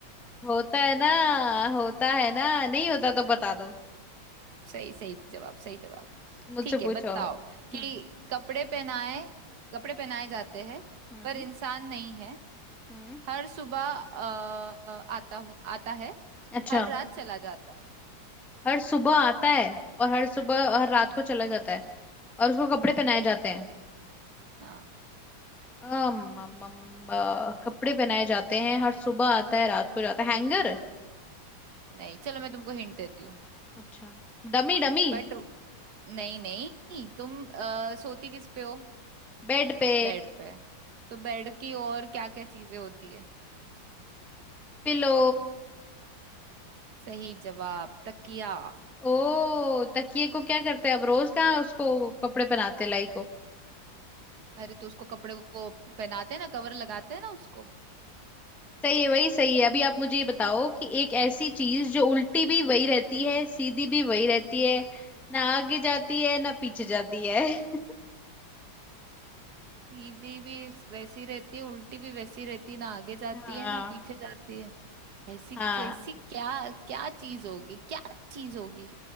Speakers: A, in the centre; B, on the right.
A: होता है ना होता है ना नहीं होता तो बता दो
B: सही सही जवाब सही जवाब
A: मुझसे
B: ठीक है
A: पूछो
B: बताओ
A: अब
B: कि
A: हम्म
B: कपड़े पहनाए कपड़े पहनाए जाते हैं
A: हम्म
B: पर इंसान नहीं है
A: हम्म
B: हर सुबह अ, आता हूँ आता है
A: अच्छा
B: हर रात चला जाता है
A: हर सुबह आता है और हर सुबह
B: हम्म
A: हर रात
B: हम्म
A: को चला जाता है और उसको कपड़े
B: हम्म।
A: पहनाए जाते हैं
B: हाँ
A: अम, अम, अम, अ, कपड़े पहनाए जाते हैं हर सुबह आता है रात को जाता है हैंगर
B: नहीं चलो मैं तुमको हिंट देती हूँ
A: अच्छा डमी डमी
B: बट नहीं नहीं तुम अ, सोती किस पे हो
A: बेड पे
B: बेड पे तो बेड की और क्या क्या चीजें होती है
A: पिलो
B: सही जवाब तकिया
A: ओ तकिए को क्या करते हैं अब रोज कहाँ उसको कपड़े पहनाते हैं लाई को
B: अरे तो उसको कपड़े वो पहनाते हैं ना कवर लगाते हैं ना उसको
A: सही है वही सही है अभी आप मुझे ये बताओ कि एक ऐसी चीज जो उल्टी भी वही रहती है सीधी भी वही रहती है ना आगे जाती है ना पीछे जाती है <laughs>
B: सीधी भी वैसी रहती है उल्टी भी वैसी रहती है ना आगे जाती
A: हाँ
B: है ना पीछे जाती है ऐसी
A: हाँ
B: कैसी क्या क्या चीज होगी क्या चीज होगी